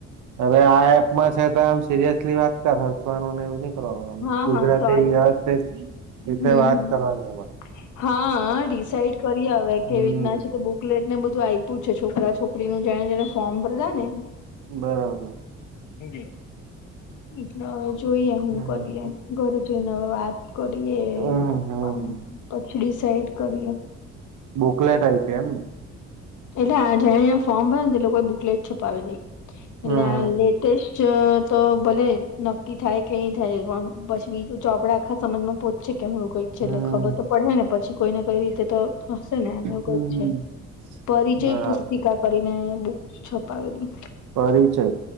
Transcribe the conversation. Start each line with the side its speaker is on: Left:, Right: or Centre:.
Right: અરે આ એપમાં છે તો આમ સિરિયસલી વાત કર હસવાનું નઈ એવી રી આમ
Left: હા
Right: ગુજરાતી
Left: હા સોરી
Right: વાત જ
Left: હમ હમ
Right: કરવાની એમા
Left: હા ડિસાઈડ કરીએ અવે
Right: હમ
Left: કેવી રીતના છે તે બુકલેટ મે બધું આયપુ છે છોકરા છોકરીનું જેને જેને ફોર્મ ભરેલા ને
Right: બરાબર
Left: હું કે એટલે હવે જોઈએ હું
Right: હમ
Left: કરીએ ઘરે જઈને હવે વાત કરીએ
Right: હમ
Left: પપ્પા
Right: હમ
Left: પછી ડિસાઈડ કરીએ
Right: બુકલેટ આયપી એમ ને
Left: એટલે આ જ્યાં ફોર્મ ભરે ને તે લોકો બુકલેટ છુપાવેલી
Right: હમ
Left: એટલે આ લેટેસ્ટ જો તો ભલે નક્કી થાય કે નહી થાય પણ પછી બીજું ચોપડા આખા સમાજમાં પોહોચશે કેમ એ કઈક છે
Right: હમ
Left: એટલે ખબર તો પડહે ને પછી કોઈ ને કોઈ રીતે તો થશે ને એવું
Right: હમ
Left: કઈક છે. પરિચય
Right: બરાબર
Left: પુસ્તિકા કરીને બુક છપાવેલી
Right: પરિચય